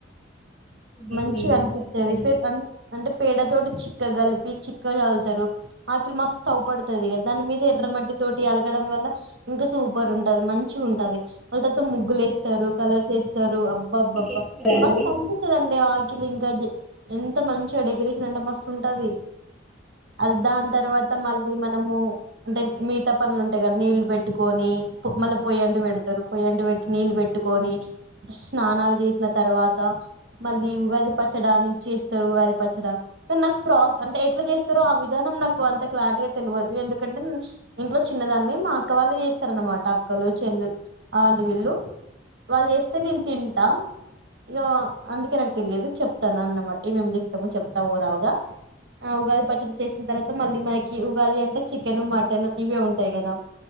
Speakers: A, in the centre; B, on the right.
A: చేసి
B: మంచి అనిపిస్తదది
A: పచ్చడి
B: <unintelligible> అన్ అంటే పేడ తోటి చిక్కగ కలిపి చిక్కగ చల్లుతారు రాత్రి మస్తు ఓపడుతుంది కదా దాని మీద ఎర్రమట్టి తోటి అలకగడం వల్ల ఇంకా సూపర్ ఉంటది మంచిగుంటది నైట్ అంతా ముగ్గులు వేస్తారు కలర్స్ ఏ స్తారు బ్బాబ్బబ్బ
A: మీరు చేస్తారా
B: మస్తు
A: అండి
B: అనిపిస్తదండీ ఆ <unintelligible> ఎంత మంచిగ డెకరేషన్ అంటే మస్తు ఉంటది అది దాని తర్వాత మళ్ళీ మనము అంటే మిగతా పనులు ఉంటాయి కదా నీళ్లు పెట్టుకొని మళ్ళ పోయంటి పెడతారు పొయంటి పెట్టి నీళ్లు పెట్టుకొని స్నానాలు చేసిన తర్వాత మళ్ళీ ఉగాది పచ్చడా నేన్ చేస్తారు ఉగాది పచ్చడా కానీ నాకు ప్రా అంటే ఎట్లా చేస్తారో ఆ విధానం నాకు అంత క్లారిటీగా తెలువదు ఎందుకంటే ఇంట్లో చిన్నదాన్ని మా అక్క వాళ్ళు చేస్తారు అనమాట అక్కలు చెల్ వాళ్ళు వీళ్ళు వాళ్ళు చేస్త నేను తింటా ఇగ అందుకే నాకు తెలియదు చెప్తాను అన్నమాట ఏమేం చె మొ చెప్తాం ఓవరాల్ గా ఆ ఉగాది పచ్చడి చేసిన తర్వాత మళ్ళీ మనకి ఉగాది అంటే చికెను మటన్ ఇవే ఉంటాయి గదా